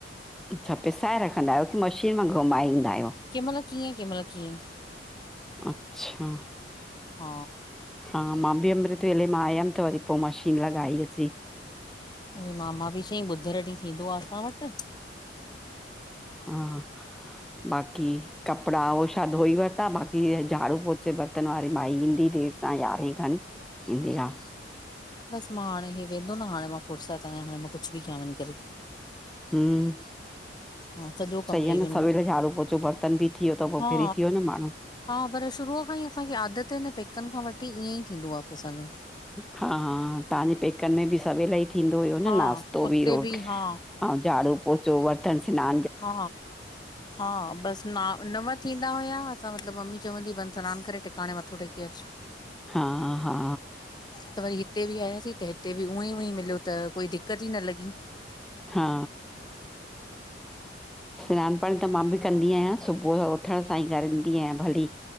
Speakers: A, in the centre; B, on the left.
A: अच्छा, पिसाए रखंदा आहियो की मशीन मां घुमाएंदा आहियो?
B: के महिल कीअं, के महिल कीअं।
A: अच्छा।
B: हा
A: हा, मां बि अमृत वेले मां आयमि त वरी पोइ मशीन लॻाई अची।
B: उहो मामा बि चईं ॿुधरु ॾींहुं थींदो आहे असां वटि।
A: हा, बाकी कपिड़ा उहो छा धोई वठिता बाक़ी झाड़ू -पोछे, बर्तन वारी माई ईंदी देरि सां ग्यारहें खनि। ईंदी आ।
B: बस मां हाणे हे वेंदो न, हाणे मां फुरसत आयां, हाणे मां कुछ भी क्यां वञी करे।
A: हूं
B: हा, सॼो कमु
A: सही
B: लही
A: आ न,
B: वञ
A: सवेल झाड़ू, पोचो, बर्तन भी थी व्यो त
B: हा
A: फिरी थी व्यो न माण्हूं।
B: हा, पर शुरूअ खां ई असांखे आदत ए न पेकन खां वठी ईअंईं थींदो आ पो असांजो।
A: हा हा, तहांजे पेकन में भी सवेल ही थींदो हुयो न
B: हा
A: नास्तो
B: उते
A: बि रो
B: बि हा
A: झाड़ू, पोचो, बर्तन सिनान
B: हा हा, बस ना नंव थींदा हुया, असां मतलब मम्मी चवंदी वन सिनान करे टिकाणे मथो टेके अच।
A: हा हा
B: त वरी, हिते बि आयासीं, त हिते बि ऊअंईं ऊंअंईं मिल्यो त कोई दिक्कत ई न लॻी।
A: हा सिनान पाणी त मां बि कंदी आयां, सुभूह जो उथण सां ई करंदी आयां भली